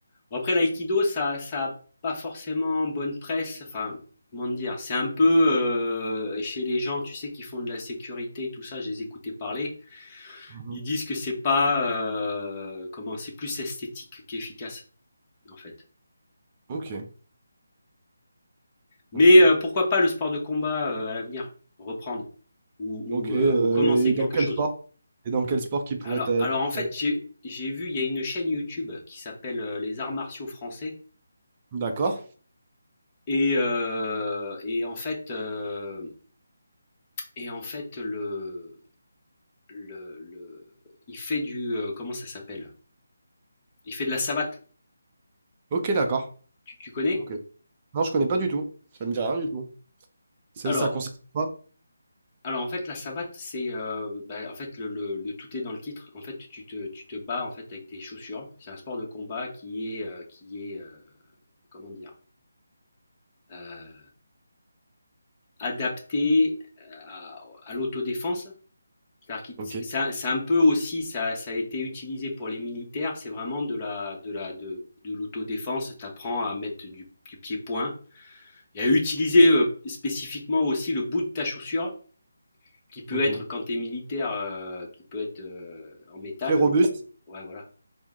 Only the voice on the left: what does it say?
Bon, après, l'aïkido, ça, ça a pas forcément bonne presse. Enfin, comment te dire, c'est un peu euh, chez les gens, tu sais, qui font de la sécurité et tout ça. Je les écoutais parler.
Ils disent que c'est pas, euh, comment, c'est plus esthétique qu'efficace, en fait.
Mais
euh, pourquoi pas le sport de combat euh, à l'avenir, reprendre ou, ou,
euh, ou commencer
quelque
chose.
Alors,
alors
en fait, j'ai j'ai vu, il y a une chaîne YouTube qui s'appelle euh, Les Arts Martiaux Français.
Et, euh, et en fait, euh, et en fait le, le, le- il fait du... euh, comment ça s'appelle? Il fait de la savate.
Tu, tu connais?
Alors,
Alors en fait, la savate, c'est euh, bah, en fait le, le- le tout est dans le titre. En fait, tu te, tu te bats en fait avec tes chaussures. C'est un sport de combat qui est euh, qui est euh, comment dire euh, adapté à, à l'autodéfense. C'est-à-dire qu'il-
c'est c'est un, c'est un peu aussi ça, ça a été utilisé pour les militaires. C'est vraiment de la de la de, de l'autodéfense. T'apprends à mettre du, du pied-point et à utiliser euh, spécifiquement aussi le bout de ta chaussure qui peut
être quand tu es militaire, euh, qui peut être euh, en métal,
Ouais, voilà.